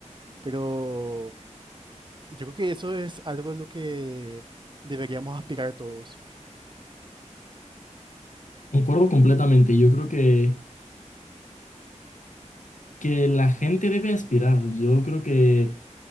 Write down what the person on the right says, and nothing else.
pero yo creo que eso es algo de lo que deberíamos aspirar todos.